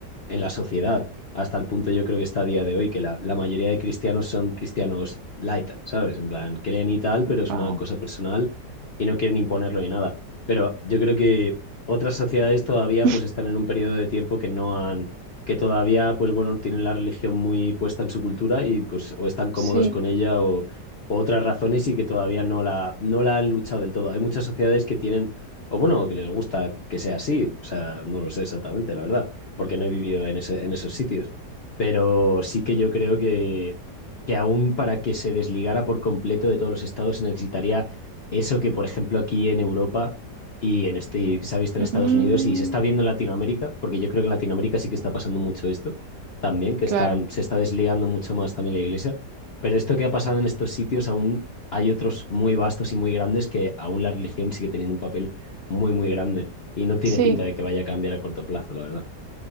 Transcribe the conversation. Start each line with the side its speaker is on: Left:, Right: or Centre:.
Left: en la sociedad, hasta el punto yo creo que está a día de hoy, que la, la mayoría de cristianos son cristianos light, ¿sabes? En plan, creen y tal, pero es
Right: Wow.
Left: una cosa personal y no quieren imponerlo ni nada. Pero yo creo que otras sociedades todavía
Right: <laughs>
Left: pues están en un periodo de tiempo que no han, que todavía pues bueno, tienen la religión muy puesta en su cultura y pues o están cómodos
Right: Sí.
Left: con ella o, o otras razones y que todavía no la, no la han luchado del todo. Hay muchas sociedades que tienen, o bueno, que les gusta que sea así, o sea, no lo sé exactamente, la verdad porque no he vivido en, ese, en esos sitios. Pero sí que yo creo que, que aún para que se desligara por completo de todos los estados se necesitaría eso que, por ejemplo, aquí en Europa y en este y que se ha visto
Right: Mm,
Left: en Estados Unidos y se está viendo en Latinoamérica, porque yo creo que en Latinoamérica sí que está pasando mucho esto también, que
Right: claro.
Left: están, se está desligando mucho más también la iglesia. Pero esto que ha pasado en estos sitios aún hay otros muy vastos y muy grandes que aún la religión sigue teniendo un papel muy, muy grande y no tiene
Right: Sí.
Left: pinta de que vaya a cambiar a corto plazo, la verdad.